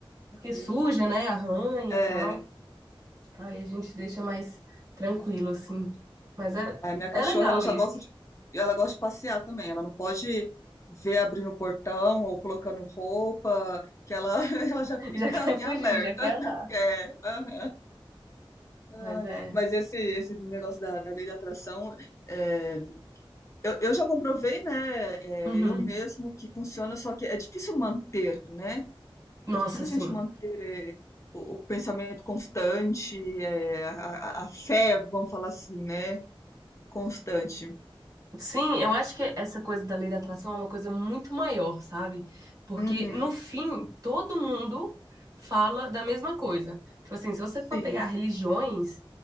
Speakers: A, on the right; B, on the left.
A: porque suja,
B: Uhum.
A: né? Arranha
B: É,
A: e tal. Aí a gente deixa mais tranquilo, assim. Mas é,
B: A minha cachorra,
A: é legal
B: ela já
A: isso.
B: gosta de, ela gosta de passear também. Ela não pode ver abrindo o portão ou colocando roupa, que ela, <laughs> ela já
A: <laughs>
B: fica
A: Já quer
B: em
A: fugir,
B: alerta.
A: já quer
B: <laughs>
A: andar.
B: Quer. aham.
A: Mas
B: Ai,
A: é.
B: Mas esse, esse negócio da, da lei da atração, é, eu, eu já comprovei, né? é,
A: Uhum.
B: eu mesmo que funciona, só que é difícil manter, né?
A: Nossa,
B: É difícil
A: sim.
B: a gente manter é, o, o pensamento constante, é, a, a a fé, vamos falar assim, né? Constante.
A: Sim, eu acho que essa coisa da lei da atração é uma coisa muito maior, sabe? Porque
B: Uhum.
A: no fim, todo mundo fala da mesma coisa. Tipo assim, se você
B: Sim.
A: for pegar religiões,